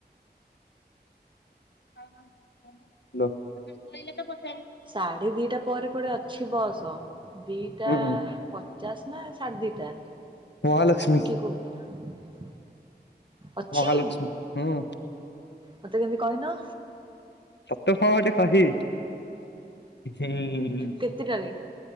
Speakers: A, on the left; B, on the right.
A: <unintelligible>
B: ସାଢେ ଦିଟା ପରେ ପଢେ ଅଛି ବସ। ଦିଟା
A: ଉଁ
B: ପ ଚାଷ ନା ସାଢ଼ ଦିଇଟା
A: ମହାଲକ୍ଷ୍ମୀ
B: କହୁଥିଲା ଅଛି
A: ମହାଲକ୍ଷ୍ମୀ ହୁଁ
B: ମତେ କେମତି କହିନ?
A: ତତେ କ'ଣ କଟେ ଗଟେ କହିବି ହୁଁ।
B: କେତେଟାରେ?